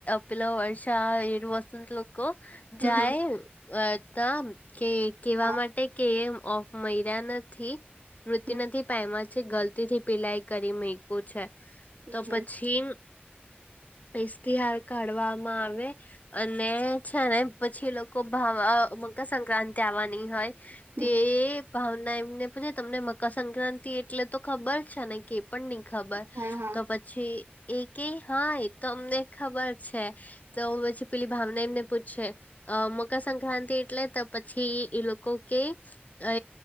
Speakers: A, on the left; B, on the right.
A: પેલો વર્ષા એર વોશ <unintelligible> કો
B: હમ
A: જાય
B: હમ
A: તા કે કેવા
B: હા
A: માટે કે ઑફ મયરા નથી મૃત્યુ
B: હમ
A: નથી પાયમાં છે ગલતી થી પીલાઈ કરી મે <unintelligible> છે
B: હમ
A: તો
B: હમ
A: પછી ઇશતિહાર કાઢવામાં આવે. અને છે ને પછી એ લોકો ભાવા મકરસક્રાંતિ આવાની હોય
B: હમ
A: તે ભાવના એમને પછી તમને મકરસક્રાંતિ એટલે તો ખબર છે ને કે પણ નહી ખબર
B: હા હા
A: તો પછ છી એ ક હા એતો અમને ખબર છે તો પછી પેલી ભાવના એમને પૂછે અ મકરસક્રાંતિ એટલે તો પછી એ લોકો કે અ